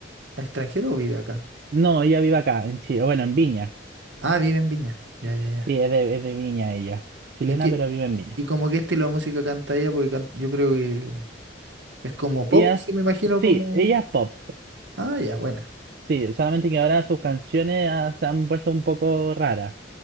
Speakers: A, on the right; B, on the right.
A: ¿Extranjero o vive acá?
B: No, ella vive acá, en Chile, bueno, en Viña.
A: Ah, vive en Viña. Ya, ya, ya.
B: Sí, es de, es de Viña ella. Chilena,
A: ¿Y qué,
B: pero vive en Viña.
A: y como qué estilo de música canta ella? Porque can- yo creo que... Es como pop,
B: Ella es,
A: sí me imagino
B: sí,
A: como.
B: ella es pop.
A: Ah, ya, buena,
B: Sí, solamente que ahora sus canciones ah, se han puesto un poco raras.